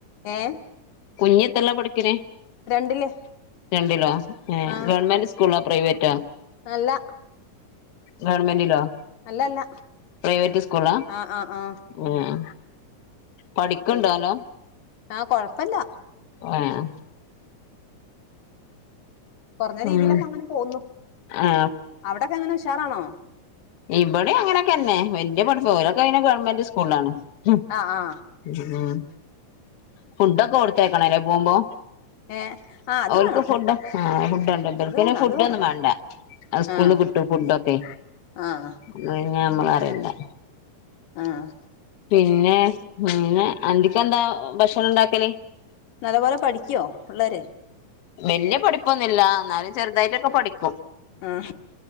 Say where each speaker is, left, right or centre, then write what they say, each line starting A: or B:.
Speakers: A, on the left; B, on the left.
A: ഏ
B: കുഞ്ഞിത്രേലാ പഠിക്കണെ
A: രണ്ടില്
B: രണ്ടിലോ ഏ
A: ആ
B: ഗവൺമെന്റ് സ്കൂള്ള പ്രൈവെറ്റോ
A: അല്ല
B: ഗവൺമെന്റിലോ
A: അല്ലല്ല
B: പ്രൈവറ്റ് സ്കൂളാ
A: ആ ആ ആ
B: ആഹ് പഠിക്ണ്ടാനോ
A: പിന്നെ ആ കൊഴപ്പില്ല
B: ആഹ്
A: കുറഞ്ഞ രീതിലൊക്കെ
B: ഉം
A: അങ്ങനെ പോന്നു
B: ആ
A: അവിടെക്കെ ങ്ങനെ ഉഷാറാണോ
B: ഇവിടെം അങ്ങനൊക്കന്നെ വല്യാപടിപ്പോ ഇതൊക്കെ അയ്ന് ഗവണ്മെന്റ് സ്കൂളാണ് ഉം
A: ആ ആ
B: ഫുഡൊക്കെ കൊട്ത്തേക്കണല്ലേ പോവുംമ്പോ?
A: ഏ ആ അത്
B: ഓൽക്ക്
A: വേണം
B: ഫുഡ് ആ ഫുഡോണ്ട് ചെറുക്കന്
A: അത് വേണം
B: ഫുഡ്ഡോന്നും
A: അത് വേണം
B: മേണ്ടാ ആ സ്കൂൾന്ന്
A: ആഹ്
B: കിട്ടും ഫുഡൊക്കെ.
A: ആഹ്
B: ന്ന പിന്നെ നമ്മളറിയ്ന്നേ
A: ആഹ്
B: പിന്നെ പിന്നെ അ ന്തിക്കെന്താ ഭക്ഷണിണ്ടാക്കല്?
A: നല്ലപോലെ പഠിക്കുവോ പിള്ളേര്?
B: വല്ല്യ പഠിപ്പൊന്നുല്ല എന്നാലും ചെറുതായിട്ടൊക്കെ പഠിക്കും.
A: ആ